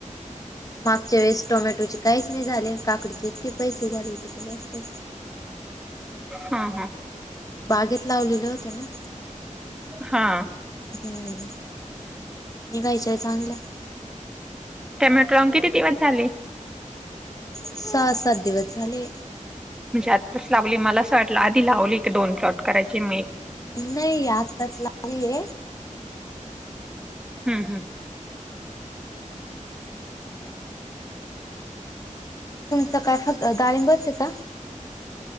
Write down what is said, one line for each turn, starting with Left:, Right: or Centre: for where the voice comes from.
Left: मागच्या वेळेस टोमॅटोचे काहीच नाही झाले. काकडीचे इतके पैसे झाले होते क बस की
Centre: हा. हा.
Left: बागेत लावलेलं होत्या ना.
Centre: हा.
Left: हम्म निघायच काहीच चांगलं.
Centre: टेमॅटोला लावून किती दिवस झाले?
Left: सहा सात दिवस झाले.
Centre: म्हणजे आत्ताच लावली मला असं वाटलं, आधी लावली एक दोन प्लॉट करायचे मी.
Left: नाही आताच लागले.
Centre: हम्म. हम्म.
Left: तुमच काय फक्त डाळिंबच आहे का?